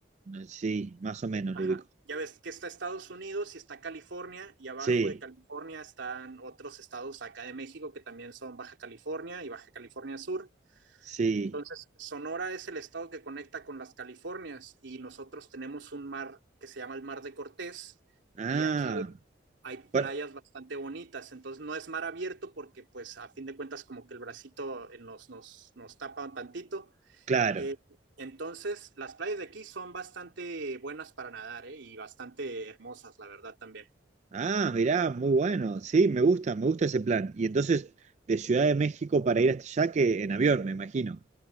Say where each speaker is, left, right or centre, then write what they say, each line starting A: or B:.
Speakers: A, on the right (about 40°); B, on the right (about 75°).
A: sí, más o menos
B: ajá,
A: lo ubico.
B: ya ves que está Estados Unidos y está California y abajo
A: Sí,
B: de California están otros estados acá de México que también son Baja California y Baja California Sur
A: sí.
B: Entonces, Sonora es el estado que conecta con las Californias y nosotros tenemos un mar que se llama el Mar de Cortés
A: Ah,
B: y aquí hay, hay
A: bueno,
B: playas bastante bonitas. Entonces, no es mar abierto porque, pues, a fin de cuentas, como que el bracito eh, nos, nos, nos tapa un tantito.
A: claro.
B: Eh, entonces, las playas de aquí son bastante buenas para nadar, ¿eh? y bastante hermosas, la verdad, también.
A: Ah, mirá, muy bueno. Sí, me gusta, me gusta ese plan. Y entonces, de Ciudad de México para ir hasta allá, que en avión, me imagino.